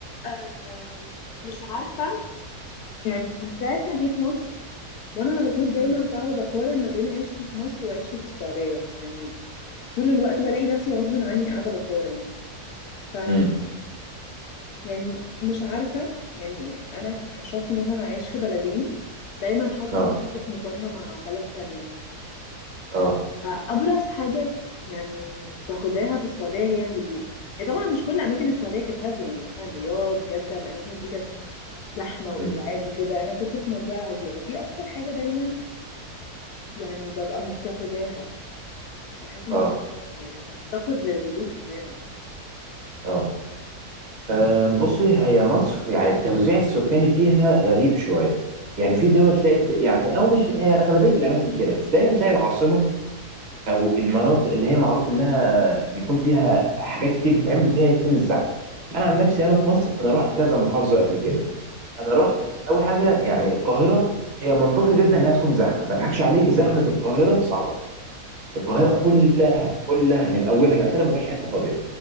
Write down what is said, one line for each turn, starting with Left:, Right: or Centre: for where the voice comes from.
Left: آم، مش عارفة يعني من ساعة ما جيت مصر وانا على طول دايما
Right: مم.
Left: بقعد اقارن ما بين عيشتي في مصر وعيشتي في السعودية يعني طول الوقت بلاقي نفسي غصب عني قاعدة بقارن ف
Right: مم.
Left: يعني مش عارفة يعني انا كشخص مثلا عايش في بلدين دايما حاطة
Right: اه
Left: مصر في مقارنة مع بلد تانية
Right: اه
Left: فأبرز حاجة يعني مفتقداها في السعودية هي الهدوء هي طبعا مش كل أماكن السعودية كانت هادية يعني مثلا رياض جدة الأماكن دي كانت زحمة وإزعاج
Right: مم.
Left: وكده أنا كنت في منطقة هادية فدي أكتر حاجة دايما يعني ببقى مفتقداها بحس مصر
Right: اه
Left: يعني تفتقر للهدوء تماما
Right: اه آم، بصي هي مصر يعني التوزيع السكاني فيها غريب شويه يعني في دول تلاقي الت- يعني او مش هي اغلبيه الاماكن كده بس دايما تلاقي العاصمه او المناطق اللي هي معروف انها بيكون فيها حاجات كتير بتتعمل بتاعي تكون الزحمه انا عن نفسي انا في مصر انا رحت كذا محافظه قبل كده انا رحت اول حاجه يعني القاهره هي منطقي جدا انها تكون زحمه ما اضحكش عليك زحمه القاهره صعبه القاهره
Left: مم.
Right: كلها كلها من اولها لاخرها ما فيهاش حته فاضيه